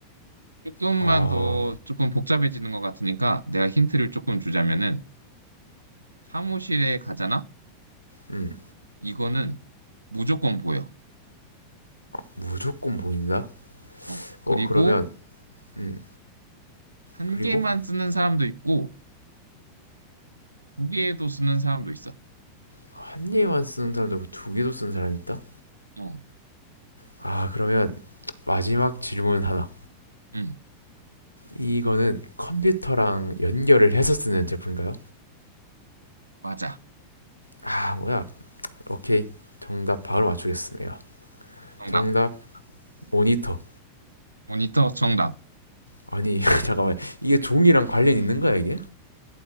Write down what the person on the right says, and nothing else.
조금만
더, 조금 복잡해지는 것 같으니까, 내가 힌트를 조금 주자면은, 사무실에 가잖아?
이거는 무조건 보여.
어.
그리고,
한
개만 쓰는 사람도 있고, 두 개도 쓰는 사람도 있어.
어,
음,
맞아.
정답.
모니터 정답.